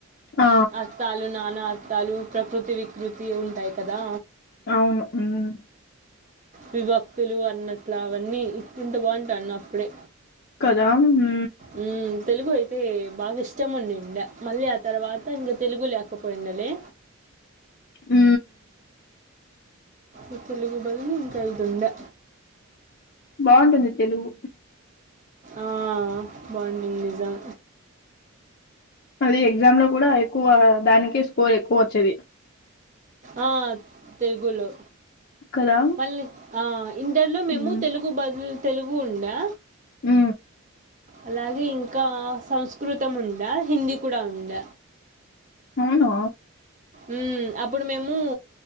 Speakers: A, on the left; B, on the right.
A: ఆ
B: అర్థాలు నానా అర్థాలు ప్రకృతి వికృతి ఉంటాయి కదా
A: అవును మ్
B: విభక్తులు అన్నట్లు అవన్నీ ఇంత బాగుంటాన్న అప్పుడే
A: కదా మ్
B: మ్ తెలుగు అయితే బాగా ఇష్టముండిండే మళ్ళీ ఆ తర్వాత ఇంగ తెలుగు లేకపోయిండలే
A: మ్
B: ఈ తెలుగు బదులు ఇంకా ఇది ఉండె
A: బాగుంటుంది తెలుగు
B: ఆ బాగుంటుంది నిజం
A: అది ఎగ్జామ్ లో కూడా ఎక్కువ దానికే స్కోర్ ఎక్కువ వచ్చేది
B: ఆ తెలుగులో
A: కదా
B: మళ్ళీ ఆ ఇంటర్లో మేము
A: ఉమ్
B: తెలుగు బదులు తెలుగు ఉండే
A: ఉ
B: అలాగే ఇంకా సంస్కృతం ఉందా హిందీ కూడా ఉంద
A: అవున
B: ఉ అప్పుడు మేము